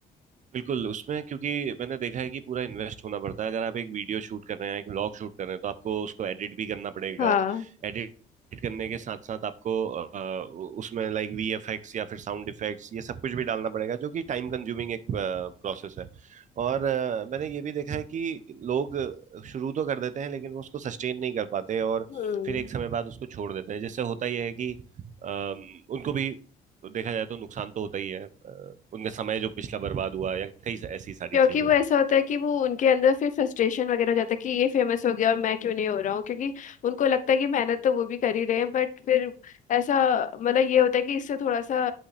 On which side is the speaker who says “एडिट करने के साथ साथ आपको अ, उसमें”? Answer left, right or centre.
Right